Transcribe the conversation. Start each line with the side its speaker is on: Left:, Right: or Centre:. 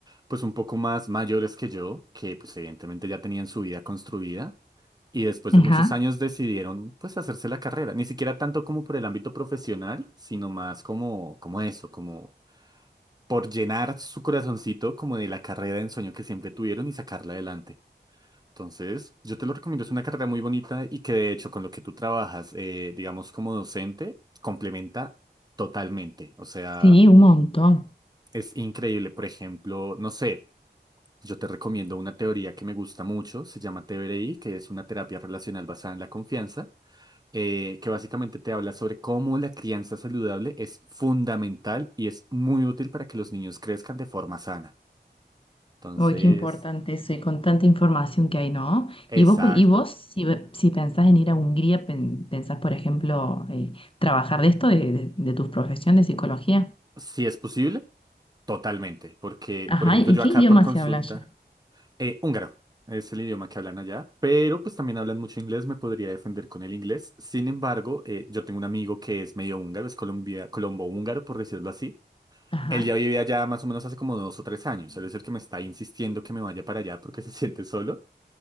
Right: pues un poco más mayores que yo, que pues evidentemente ya tenían su vida construida. Y después
Left: Ajá,
Right: de muchos años decidieron pues hacerse la carrera. Ni siquiera tanto como por el ámbito profesional, sino más como, como eso, como por llenar su corazoncito como de la carrera de ensueño que siempre tuvieron y sacarla adelante. Entonces, yo te lo recomiendo, es una carrera muy bonita y que de hecho con lo que tú trabajas, eh, digamos como docente, complementa totalmente. O sea,
Left: sí, un montón.
Right: es increíble. Por ejemplo, no sé, yo te recomiendo una teoría que me gusta mucho, se llama TBRI, que es una terapia relacional basada en la confianza, eh, que básicamente te habla sobre cómo la crianza saludable es fundamental y es muy útil para que los niños crezcan de forma sana. Entonces,
Left: Uy, qué importante eso y con tanta información que hay, ¿no?
Right: exacto.
Left: Y vos, cu- y vos si, ve- si pensás en ir a Hungría, pen- pensás, por ejemplo, eh, trabajar de esto, de, de, de tu profesión de psicología.
Right: Si es posible, totalmente. Porque,
Left: Ajá,
Right: por ejemplo,
Left: ¿y
Right: yo
Left: qué
Right: acá
Left: idioma
Right: por consulta,
Left: se habla allá?
Right: eh, húngaro es el idioma que hablan allá, pero pues también hablan mucho inglés, me podría defender con el inglés. Sin embargo, eh, yo tengo un amigo que es medio húngaro, es colombia, colombo-húngaro, por decirlo así.
Left: Ajá,
Right: Él ya vive allá más o menos hace como dos o tres años. Él es el que me está insistiendo que me vaya para allá porque se <laughs> siente solo.